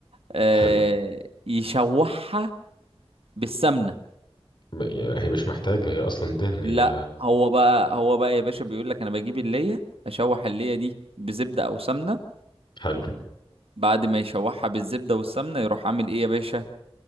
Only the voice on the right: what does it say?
آه...
يشوحها بالسمنه
لا هو بقى هو بقى يا باشا بيقول لك انا بجيب الليه اشوح الليه دي بزبده او سمنه
بعد ما يشوحها بالزبده والسمنه يروح عامل ايه يا باشا